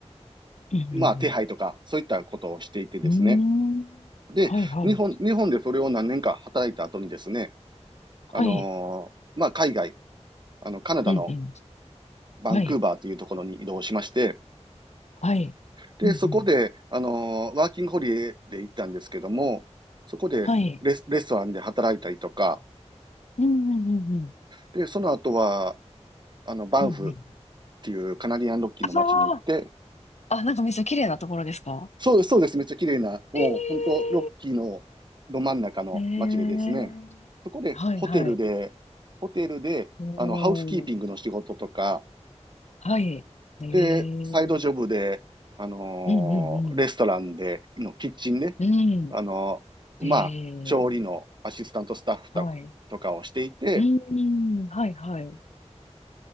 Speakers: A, on the left; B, on the right.
A: うん、
B: まあ、
A: うん、
B: 手配とか、そういったことをしていてですね、
A: うん。うーん。
B: で、
A: はい、はい。
B: 日本、日本でそれを何年か働いた後にですね、あのーまあ、
A: はい。
B: 海外、あの、カナダの
A: うん、うん。
B: バンクーバーというところに移動しまして、
A: はい。はい。
B: で、
A: うん、
B: そこで、
A: うん。
B: あのーワーキングホリデーで行ったんですけども、そこでレス、
A: はい。
B: レストランで働いたりとか、
A: うん、うん、うん、うん。
B: で、その後は、あの、バンフっ
A: うん、うん。
B: ていうカナディアンロッキーの街に行って、
A: ああ、あなんかめっちゃ綺麗なところですか
B: そうです、そうです。めっちゃ綺麗な、もう本当、
A: え
B: ロッキーのど真ん中の街でですね、
A: えーええー、
B: そこでホテルで、
A: はいはい。
B: ホテルで、
A: お
B: あの、ハウスキーピングの仕事とか、
A: ー、はい。ええ
B: で、サイドジョブで、
A: うん
B: あの
A: うんうん。
B: ーレストランでのキッチンね、
A: う
B: あのーまあ、
A: ん。ええ
B: 調理のアシスタントスタッフとかとかをしていて、
A: はい。うん、はいはい。